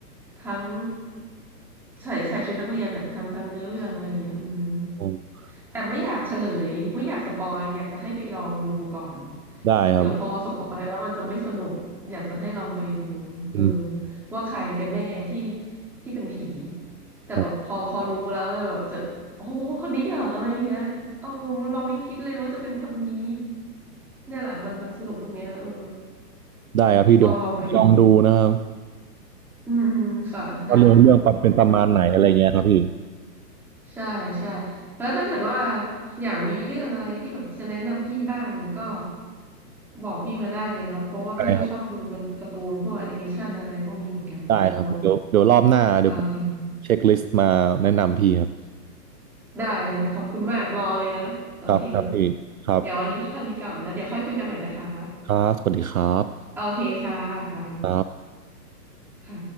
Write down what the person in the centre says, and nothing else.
ทั้งใส่ใส่ชุดนักเรียนอะทั้งทั้งเนื้อเรื่องอะไรเงี้ยอืม
แต่ไม่อยากเฉลยไม่อยากสปอยอยากจะให้ไปลองดูก่อน
เดี๋ยวพอสปอยแล้วมันจะไม่สนุกอยากจะให้ลองไปดู
เออว่าใครกันแน่ที่ที่เป็นผีแต่แบบพอพอรู้แล้วเลยแบบจะโอ้โหคนนี้เหรออะไรอย่างเงี้ย
เออเราไม่คิดเลยว่าจะเป็นคนนี้เนี่ยแหละมันมันสนุกตรงเนี้ยเออ
ลองลองไปดูอืมอืมค่ะได้
ใช่ใช่แล้วถ้าเกิดว่าอย่างมีเรื่องอะไรที่แบบจะแนะนำพี่บ้างอะก็บอกพี่มาได้เลยเนาะเพราะว่าพี่ก็ชอบดูกันการ์ตูนพวกแอนิเมชันอะไรพวกนี้เหมือนกันเนาะ
โอเค
ได้เลยขอบคุณมากรอเลยนะโอเค
เดี๋ยววันนี้แค่นี้ก่อนนะเดี๋ยวค่อยคุยกันใหม่นะคะ
โอเคค่ะค่ะ
ค่ะ